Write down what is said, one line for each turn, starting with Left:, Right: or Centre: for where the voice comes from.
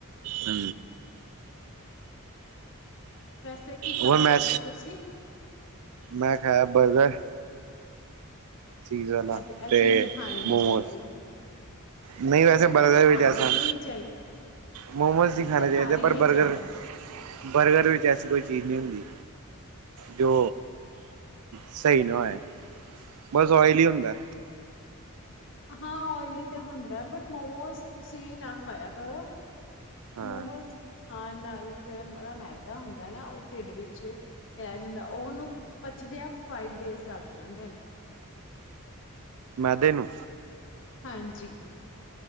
Right: ਹੁ।
Left: ਵੈਸੇ ਕੀ
Right: ਹੋਰ
Left: ਖਾ
Right: ਮੈਂ,
Left: ਕੇ ਆਏ ਸੀ ਤੁਸੀਂ?
Right: ਮੈਂ ਖਾਇਆ ਬਰਗਰ ਚੀਜ਼ ਵਾਲਾ
Left: ਇਹ ਇਹ
Right: ਤੇ
Left: ਚੀਜ਼ ਤਾਂ ਖਾਣੀ ਨੀ
Right: ਮੋਮੋਸ
Left: ਚਾਹੀਦੀ
Right: ਨਹੀਂ ਵੈਸੇ
Left: ਮੋਮੋਸ
Right: ਬਰਗਰ
Left: ਤਾਂ ਖਾਣੇ
Right: ਵਿੱਚ ਐਸਾ
Left: ਹੀ ਨਹੀਂ ਚਾਹੀਦੇ।
Right: ਮੋਮੋਸ ਨਹੀਂ ਖਾਣੇ
Left: ਤੇ
Right: ਚਾਹੀਦੇ ਪਰ
Left: ਹੀ ਨਹੀਂ
Right: ਬਰਗਰ
Left: ਚਾਹੀਦੇ
Right: ਬਰਗਰ ਵਿੱਚ ਐਸੀ ਕੋਈ ਚੀਜ਼ ਨਹੀਂ ਹੁੰਦੀ ਜੋ ਸਈ ਨਾ ਹੋਏ। ਬਸ ੳਇਲੀ ਹੁੰਦਾ
Left: ਹਾਂ ਓਇਲੀ ਤੇ ਹੁੰਦਾ ਬਟ ਮੋਮੋਜ਼ ਤੁਸੀਂ ਨਾ ਖਾਇਆ ਕਰੋ
Right: ਹਾਂ
Left: ਮੋਮੋਜ਼ ਖਾਨ ਨਾਲ ਜਿਹੜਾ ਉਹਦਾ ਮੈਦਾ ਹੁੰਦਾ ਨਾ ਉਹ ਢਿੱਡ ਵਿਚ ਰਹਿ ਜਾਂਦਾ ਓਨੂੰ ਪਚਦਿਆਂ ਫਾਈਵ ਡੇਜ਼ ਲੱਗ ਜਾਂਦੇ ਨੇ
Right: ਮੈਦੇ ਨੂੰ
Left: ਹਾਂਜੀ।